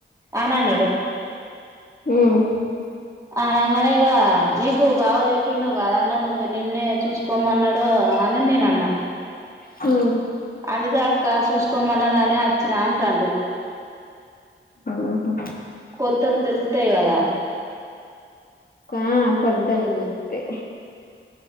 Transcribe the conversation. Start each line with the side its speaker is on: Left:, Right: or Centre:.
Right: అని అన్నడు
Left: ఉమ్
Right: అనంగనే ఇగ నీకు బావ చెప్పిండు గాదన్న నువ్వు నిన్నే చూసుకోమన్నాడు ప్పు అనని నేను అన్న
Left: హ్మ్
Right: అందుకే అక్క చూసుకోమన్నానే వచ్చినాఅంటాండు
Left: ఆహా
Right: కొలతలు తెలు అంతే కదా
Left: ఆ కొలతలది